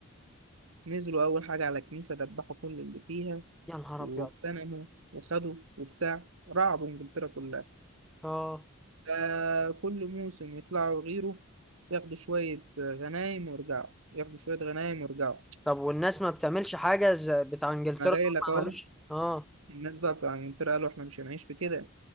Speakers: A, on the right (about 70°); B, in the centre.
A: نزلوا أول حاجة على كنيسة دبحوا كل اللي فيها
B: يا نهار
A: واغتنموا
B: ابيض
A: وخدوا وبتاع رعبوا إنجلترا كلها
B: اه
A: آه كل موسم يطلعوا غيره ياخدوا شوية غنايم ويرجعوا ياخدوا شوية غنايم ويرجعوا
B: طب والناس ما بتعملش حاجة زي بتاع انجلترا
A: ما جاي
B: دول
A: لك اهو
B: ما عملوش اه
A: الناس بقى بتوع انجلترا قالوا احنا مش هنعيش في كده